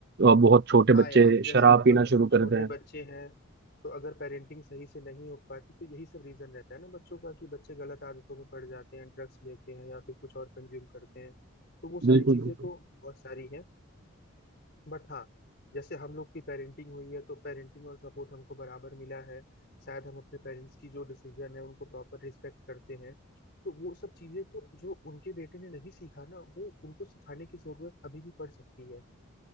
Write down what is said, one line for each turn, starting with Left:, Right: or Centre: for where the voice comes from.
Right: और बहुत छोटे
Left: हाँ
Right: बच्चे
Left: यार जैसे
Right: शराब पीना
Left: अब
Right: शुरू
Left: छोटे
Right: करते हैं
Left: बच्चे हैं तो अगर पेरेंटिंग सही से नहीं हो पाती तो यही सब रीजन रहता है ना बच्चों का कि बच्चे गलत आदतों में पड़ जाते हैं ड्रग्स लेते हैं या फिर कुछ और कंज्यूम करते हैं तो वो सारी
Right: बिल्कुल
Left: चीजें
Right: बिल्कुल
Left: तो बहुत सारी हैं बट हाँ जैसे हम लोग की पेरेंटिंग हुई है तो पेरेंटिंग और सपोर्ट हमको बराबर मिला है शायद हम अपने पेरेंट्स की जो डिसीजन है उनको प्रॉपर रिस्पेक्ट करते हैं तो वो सब चीजें तो जो उनके बेटे ने नहीं सीखा ना वो उनको सिखाने की जरूरत अभी भी पड़ सकती है